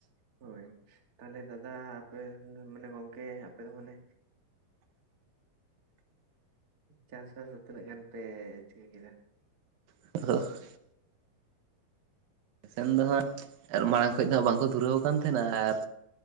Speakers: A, on the right; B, on the right.
A: ᱦᱳᱭ ᱛᱟᱦᱞᱮ ᱫᱟᱫᱟ ᱟᱯᱮ ᱢᱟᱱᱮ ᱜᱚᱝᱠᱮ ᱟᱯᱮ ᱫᱚ ᱢᱟᱱᱮ ᱪᱟᱥᱵᱟᱥ ᱫᱚ ᱛᱤᱱᱟᱹᱜ ᱜᱟᱱ ᱯᱮ ᱪᱤᱠᱟᱹ ᱠᱮᱫᱟ?
B: ᱦ <unintelligible> ᱥᱮᱱ ᱫᱚ ᱦᱟᱸᱜ ᱢᱟᱲᱟᱝ ᱠᱷᱚᱡ ᱫᱚ, ᱦᱟᱜ ᱵᱟᱝᱠᱚ ᱫᱷᱩᱨᱟᱹᱣ ᱠᱟᱱ ᱛᱟᱦᱮᱱᱟ, ᱟᱨᱼᱼ